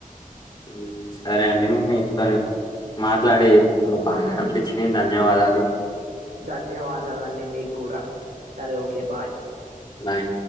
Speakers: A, on the left; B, on the right.
A: ఉమ్ సరే అండి మీతోని మాట్లాడి బాగా అనిపించినయి ధన్యవాదాలు
B: ధన్యవాదాలు అండి మీకు కూడా సరే ఓకె బాయ్
A: బై